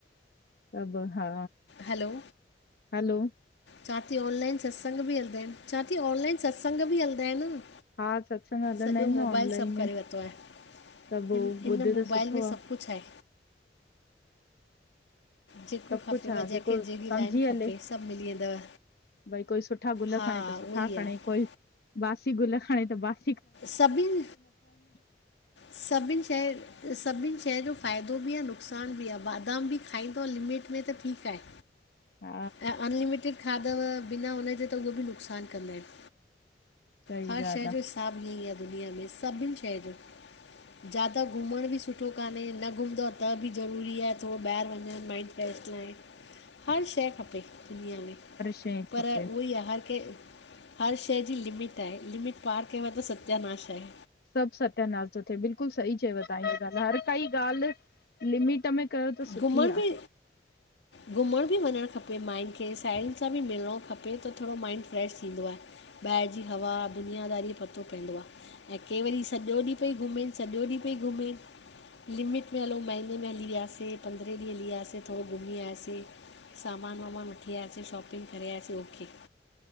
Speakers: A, on the left (about 55°); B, on the left (about 80°).
A: सभ हा
B: हलो!
A: हलो
B: चांय थी ऑनलाइन सत्संग बि हलदा एन, चां थी ऑनलाइन सत्संग बि हलदा एन।
A: हा सत्संग हलंदा
B: सॼो
A: आहिनि
B: मोबाइल
A: न ऑनलाइन
B: सब करे
A: में
B: वतो आहे।
A: सभु
B: इन, इन
A: ॿुध
B: मोबाइल
A: त सुठो
B: में
A: आ
B: सब कुछ आहे। जी जेको
A: सभु
B: खपेव,
A: कुझु आ
B: जेंखे
A: जेको
B: जेड़ी
A: सम्झी
B: लाइन
A: हले
B: खपे, सभ मिली वेंदव।
A: भई कोई सुठा गुल
B: हा
A: खणे त सुठा
B: उहो ई
A: खणे,
B: आहे
A: कोई बासी गुल खणे त बासी
B: सभिन
A: --
B: सभिन शै, सभिन शै जो फ़ाइदो बि आ, नुक़सान बि आ, बादाम बि खाईंदौ लिमिट में, त ठीक आहे।
A: हा
B: त अनलिमिटेड खाधव, बिना हुनजे, त उहे बि नुक़सान कंदा एन।
A: सही
B: हर
A: ॻाल्हि
B: शै
A: आहे
B: जो हिसाब ईंअंईं आ दुनिया में, सभिन शै जो। ज्यादा घुमण बि सुठो कान्हें, न घुमंदौ त बि ज़रूरी आहे, थोरो ॿाहिर वञण माइंड फ्रैश थी वञे।
A: --
B: हर शै खपे दुनिया में,
A: शइ
B: पर
A: खपे
B: उहोई आ, हर कंहिं हर शै जी लिमिट आहे, लिमिट पार क्यव त सत्यानाश आहे।
A: सभ सत्यानाश तो थे, बिल्कुल सही चयव, तहां हीअ ॻाल्ह, हर काई ॻाल्ह लिमिट में कयो त सुठी
B: घुमण बि
A: आ
B: घुमण बि वञणु खपे माइंन खे साहेड़ियुन सां बि मिलिणो खपे त थोॾो माइंड फ्रैश थींदो आ। ॿाहिर जी हवा दुनियादारी जो पतो पवंदो आ। ऐं के वरी सॼो ॾींहुं पई घुमेन। सॼो ॾींहुं पई घुमेन लिमिट में हलऊ महीने में हली वियासे। पंद्रहें ॾींहं लियासीं थोॾो घुमी आयासीं। सामान वामान वठी आयासीं शॉपिंग करे आयासीं ओके।